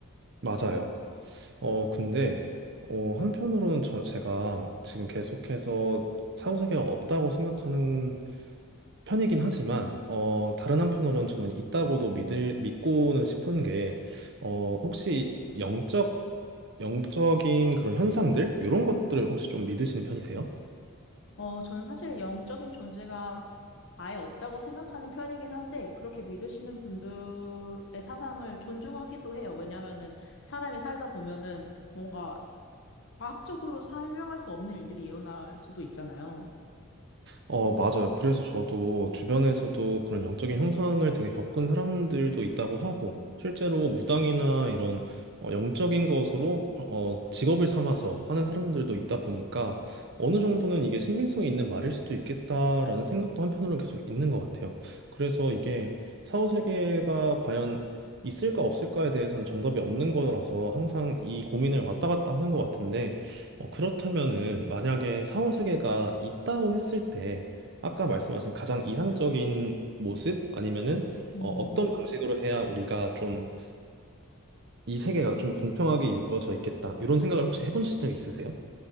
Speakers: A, on the right; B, on the left.
A: 맞아요. 어, 근데, 어, 한편으로는 저, 제가 지금 계속해서 사후세계가 없다고 생각하는 편이긴 하지만, 어, 다른 한편으로는 저는 있다고도 믿을, 믿고는 싶은 게, 어, 혹시 영적, 영적인 그런 현상들? 이런 것들을 혹시 좀 믿으시는 편이세요?
B: 어, 저는 사실 영적인 존재가 아예 없다고 생각하는 편이긴 한데, 그렇게 믿으시는 분들의 사상을 존중하기도 해요. 왜냐면은 사람이 살다 보면은 뭔가 과학적으로 설명할 수 없는 일들이 일어날 수도 있잖아요.
A: 어, 맞아요. 그래서 저도 주변에서도 그런 영적인 형상을 되게 겪은 사람들도 있다고 하고, 실제로 무당이나 이런 어, 영적인 것으로 어, 직업을 삼아서 하는 사람들도 있다 보니까 어느 정도는 이게 신빙성이 있는 말일 수도 있겠다라는 생각도 한편으로는 계속 있는 것 같아요. 그래서 이게 사후세계가 과연 있을까 없을까에 대해서는 정답이 없는 거라서 항상 이 고민을 왔다 갔다 하는 것 같은데, 어, 그렇다면은 만약에 사후 세계가 있다고 했을 때 아까 말씀하신 가장 이상적인 모습 아니면은
B: 음,
A: 어, 어떤 방식으로 해야 우리가 좀 이 세계가 좀 공평하게 이루어져 있겠다 이런 생각을 혹시 해본 적이 있으세요?